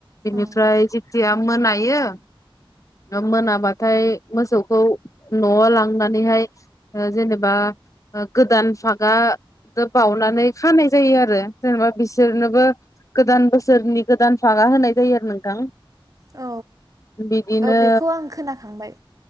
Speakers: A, on the left (about 35°); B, on the right (about 40°).
A: बिनिफ्राय
B: औ
A: जेथिया मोनायो मोनाबाथाय मोसौखौ नयाव लां नानैहाय ओ जेनेबा ओ गोदान फागा बावनानै खानाय जायो आरो। जेनेबा बिसोरनोबो गोदान बोसोरनि गोदान फांखा होनाय जायो आरो नोंथां।
B: औ
A: बिदिनो
B: औ बेखौ आं खोनाखांबाय